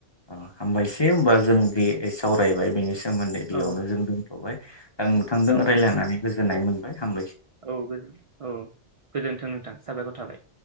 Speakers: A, on the left; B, on the right.
A: औ हामबायसै होमबा जों बे सावरायबाय बेनि सोमोन्दै बेयावनो
B: औ
A: जों दोनथबाय ओ नोंथांदों
B: औ
A: रायज्लायनानै गोजोननाय मोन बाय हामबायसै
B: औ गोजोन औ गोजोन्थों नोंथां साबायखर थाबाय